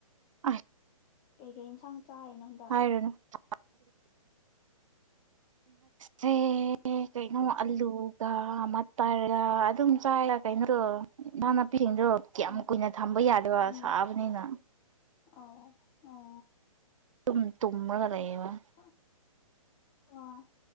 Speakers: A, on the right; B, on the left.
A: ꯑꯁ
B: ꯀꯩ ꯀꯩ ꯏꯟꯁꯥꯡ ꯆꯥꯔꯤꯅꯣ ꯍꯟꯗꯛ
A: <inaudible> ꯁꯦ <unintelligible> ꯑꯦ ꯀꯩꯅꯣ ꯑꯂꯨꯒ ꯃꯇꯔꯒ ꯑꯗꯨꯝ ꯆꯥꯏꯔ ꯀꯩꯅꯣꯗꯣ ꯏꯟꯁꯪ ꯅꯥꯄꯤꯁꯤꯡꯗꯣ ꯀꯌꯥꯝ
B: ꯎꯝ
A: ꯀꯨꯏꯅ ꯊꯝꯕ ꯌꯥꯗꯣꯏꯕ
B: ꯎꯝ ꯎꯝ
A: ꯁꯥꯕꯅꯤꯅ
B: ꯑꯣ ꯑ
A: ꯗꯨꯝ ꯇꯨꯝꯔꯒ ꯂꯩꯌꯦ ꯋꯥꯌꯦ
B: ꯍ ꯍꯣꯏ